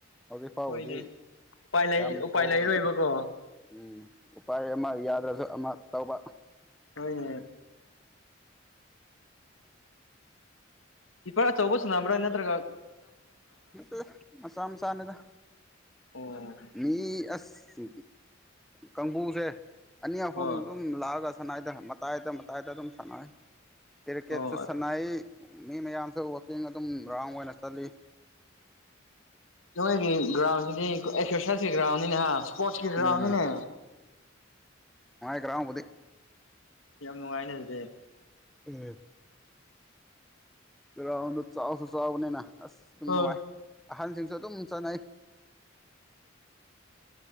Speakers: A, in the centre; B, on the left.
A: ꯍꯧꯖꯤꯛ ꯐꯥꯎꯕꯗꯤ
B: ꯍꯣꯏꯅꯦ ꯎꯄꯥꯏ ꯂꯩ
A: ꯌꯥꯝ
B: ꯎꯄꯥꯏ
A: ꯍꯣꯕꯅꯤ
B: ꯂꯩꯔꯣꯏꯕꯀꯣ
A: ꯎꯝ ꯎꯄꯥꯏ ꯑꯃ ꯌꯥꯗ꯭ꯔꯁꯨ ꯑꯃ ꯇꯧꯕ
B: ꯍꯣꯏꯅꯦ ꯏꯄꯥ ꯆꯧꯧꯕꯁꯨ ꯅꯝꯕ꯭ꯔ ꯀ
A: ꯠꯇ ꯃꯁꯥ ꯃꯁꯥꯅꯗ
B: ꯑꯣ
A: ꯃꯤ ꯑꯁ ꯀꯥꯡꯕꯨꯁꯦ ꯑꯅꯤ ꯑꯍꯨꯝ
B: ꯑꯣ
A: ꯑꯗꯨꯝ ꯂꯥꯛꯑꯒ ꯁꯥꯟꯅꯏꯗ ꯃꯇꯥꯏꯗ ꯃꯇꯥꯏꯗ ꯑꯗꯨꯝ ꯁꯥꯟꯅꯩ ꯀ꯭ꯔꯤꯀꯦꯠꯁ
B: ꯑꯣ
A: ꯁꯥꯟꯅꯩ ꯃꯤ ꯃꯌꯥꯝꯁꯨ ꯋꯥꯛꯀꯤꯡ ꯑꯗꯨꯝ ꯔꯥꯎꯟ ꯑꯣꯏꯅ ꯆꯠꯂꯤ
B: ꯅꯣꯏꯒꯤ ꯒ꯭ꯔꯥꯎꯟꯗꯤ ꯑꯦꯛꯁꯔꯁꯥꯏꯁꯀꯤ ꯭ꯔꯥꯎꯟꯅꯤꯅꯦꯍ ꯄꯣꯁꯀꯤꯔꯅꯤꯅꯦ
A: ꯎꯝ ꯀ꯭ꯔꯥꯎꯝꯕꯗꯤ
B: ꯌꯥꯝ ꯅꯨꯡꯉꯥꯏꯅꯦ ꯑꯗꯨꯗꯤ
A: ꯎꯝ ꯥꯎꯟꯗꯣ ꯆꯥꯎꯁꯨ ꯆꯥꯎꯕꯅꯤꯅ ꯑꯁ ꯑꯗꯨꯝ
B: ꯑ
A: ꯅꯨꯡꯉꯥꯏ ꯑꯍꯟꯁꯤꯡꯁꯨ ꯑꯗꯨꯝ ꯆꯠꯅꯩ